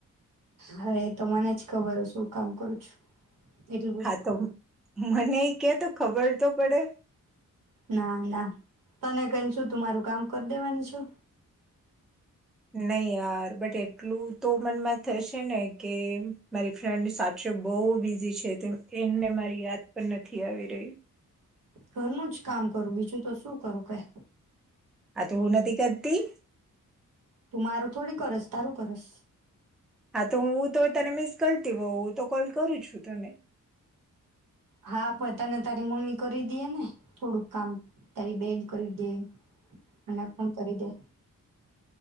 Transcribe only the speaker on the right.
હા તો મને જ ખબર હ શું કામ કરું છું. એટલું બધું
ના ના. તને કઈને શું? તું મારું કામ કરી દેવાની છો?
ઘરનું જ કામ કરું બીજું તો શું કરું કઈ.
તું મારું થોડી કરસ તારું કરસ.
હા પ તને તારી મમ્મી કરી દેએ ને થોડુંક કામ તારી બેન કરી દે અને કોણ કરી દો